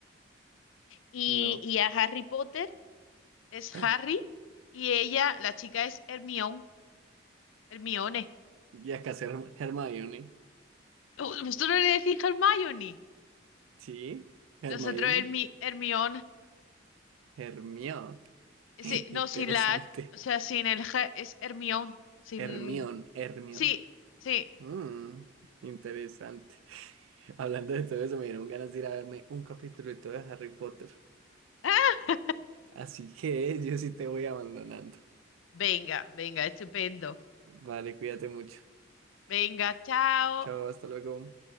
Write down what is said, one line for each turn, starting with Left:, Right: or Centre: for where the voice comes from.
Left: Y,
Right: no.
Left: y a Harry Potter es
Right: <gasps>
Left: Harry y ella, la chica es Hermione. Hermione. <laughs>
Right: Y acá es Herm- Hermione.
Left: Uh, Vosotros no le decís Hermione.
Right: Sí, Hermione.
Left: Nosotros Hermi, Hermione.
Right: Hermione. <laughs>
Left: Sí, no, sin
Right: Interesante.
Left: la H, o sea, sin el G, es Hermione. Sin...
Right: Hermión, Hermión.
Left: Sí, sí.
Right: Mm, interesante. <laughs> Hablando de todo eso, me dieron ganas de ir a verme un capítulo de todo de Harry Potter.
Left: Ah,
Right: Así que <laughs> yo sí te voy abandonando.
Left: Venga, venga, estupendo.
Right: Vale, cuídate mucho.
Left: Venga, chao.
Right: Chao, hasta luego.